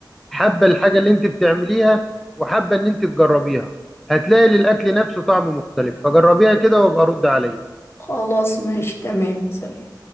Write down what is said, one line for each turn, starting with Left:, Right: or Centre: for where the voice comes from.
Centre: حابه الحاجه اللي انت بتعمليها وحابه ان انت تجربيها هتلاقي للاكل نفسه طعم مختلف فجربيها كده وابقى رد عليا
Left: خلاص ماشي تمام سلام